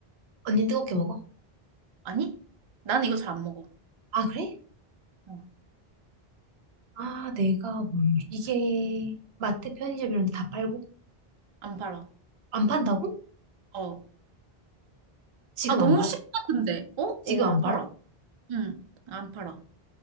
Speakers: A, on the right (about 80°); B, on the right (about 45°).
A: 언니 뜨겁게 먹어?
B: 아니? 난 이거 잘 안 먹어.
A: 아, 그래?
B: 어,
A: 아, 내가 뭘, 이게, 마트 편의점 이런 데 다 팔고?
B: 안 팔아.
A: 안 판다고?
B: 어.
A: 지금
B: 아, 너무
A: 안 팔아?
B: 쉽다, 근데. 어?
A: 지금
B: 어,
A: 안
B: 안
A: 팔아?
B: 팔아. 응, 안 팔아.